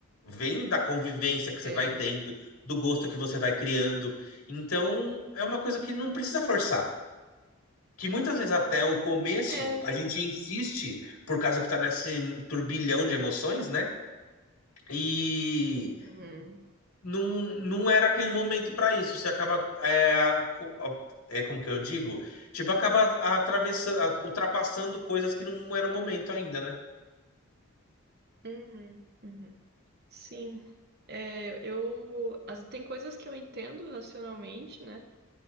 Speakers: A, on the left; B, on the right.
A: Vem da convivência que você
B: É.
A: vai tendo, do gosto que você vai criando. Então, é uma coisa que não precisa forçar que muitas vezes até o começo
B: É.
A: a gente insiste por causa que tá nesse turbilhão de emoções, né? E
B: Uhum.
A: não, não era aquele momento para isso. Você acaba é, co- é, como que eu digo? Tipo, acaba atravessando, ultrapassando coisas que não era o momento ainda, né?
B: Uhum. Uhum. Sim. É, eu, as- tem coisas que eu entendo racionalmente, né?